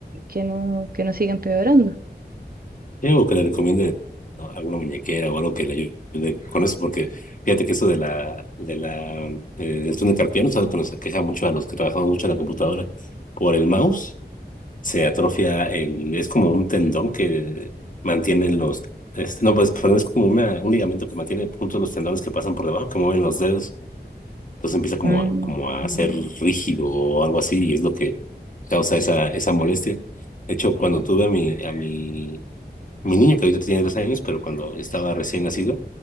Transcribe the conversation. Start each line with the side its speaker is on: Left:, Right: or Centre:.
Right: que no, que no siga empeorando.
Left: Sí, o que le recomiende ¿no? alguna muñequera o algo que le ayude con eso, porque fíjate que eso de la, de la, eh, del túnel carpiano es algo que nos aqueja mucho a los que trabajamos mucho en la computadora. Por el mouse se atrofia el, es como un tendón que mantiene los, este, no, pues, perdón, es como una, un ligamento que mantiene juntos los tendones que pasan por debajo, que mueven los dedos. Entonces empieza como
Right: Mm.
Left: a, como a ser rígido o algo así, y es lo que causa esa, esa molestia. De hecho, cuando tuve a mi, a mi mi niño que ahorita tiene dos años, pero cuando estaba recién nacido,